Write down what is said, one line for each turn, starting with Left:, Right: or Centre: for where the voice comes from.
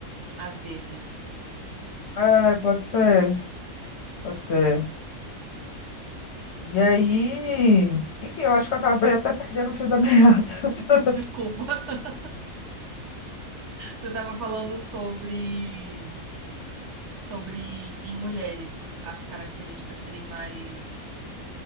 Right: às vezes.
Left: é, pode ser, pode ser. E aí, enfim, eu acho que eu acabei até perdendo o fio da meada. <laughs>
Right: <laughs> Desculpa. <laughs> Você estava falando sobre sobre em mulheres as características serem mais